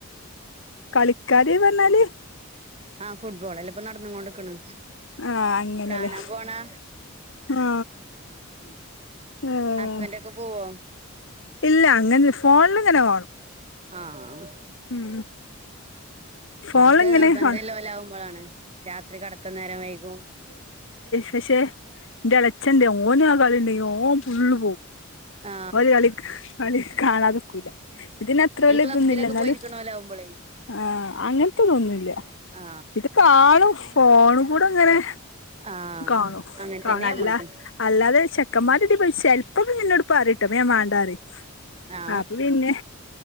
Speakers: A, on the left; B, on the right.
A: കളിക്കാര് പർഞ്ഞാല്
B: ആഹ് ഫുട്ബോളല്ലെ ഇപ്പം നടന്ന് കൊണ്ട്ക്ണ്.
A: ആഹ് അങ്ങനെല്ലേ
B: കാണാൻ പോണാ
A: ആഹ്. ഏഹ്
B: ഹസ്ബൻഡൊക്കെ പോവോ?
A: ഇല്ല അങ്ങനെല്ല ഫോണില്ങ്ങനെ കാണും.
B: ആഹ്.
A: ഉം ഫോണിലിങ്ങനെ
B: ആക്കെ നിർബന്ധല്ലോല്
A: കാണും
B: ആവുമ്പളാണ്. രാത്രി കടത്തം നേരം വൈകും.
A: പക്ഷെ ഇന്റെ എളച്ചെണ്ടെ ഓനാ കളിണ്ടെങ്കി ഓൻ ഫുള്ള് പോവും.
B: ആ
A: ഓല് കളിക് കളി കാണാതക്കൂല. ഇതിന് അത്ര വല്ല്യ
B: ഈ ക്ലബ്ബിലൊക്കെ
A: ഇതൊന്നില്ല. എന്നാലും,
B: പോയിരിക്കണോലാവുമ്പോളേ
A: ആഹ് അങ്ങനത്തതൊന്നുല്ല്യ.
B: ആ
A: ഇത് കാണും ഫോൺ കൂടെ അങ്ങനെ
B: ആ
A: കാണും.
B: അങ്ങനെ
A: കാണും.
B: തന്നെ
A: അല്ല
B: നമ്മളതും
A: അല്ലാതെ ചെക്കന്മാരെടീ പോയി ചെൽ പ്പൊക്കെങ്ങന്നോട് പറയുട്ടൊ അപ്പൊ ഞാൻ മാണ്ടാറിം.
B: ആ
A: അപ്പൊ പിന്നെ